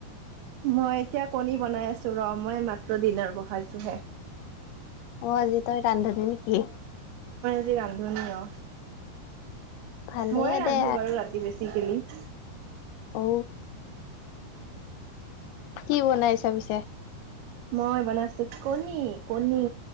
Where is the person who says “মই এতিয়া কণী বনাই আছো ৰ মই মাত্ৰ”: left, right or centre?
Right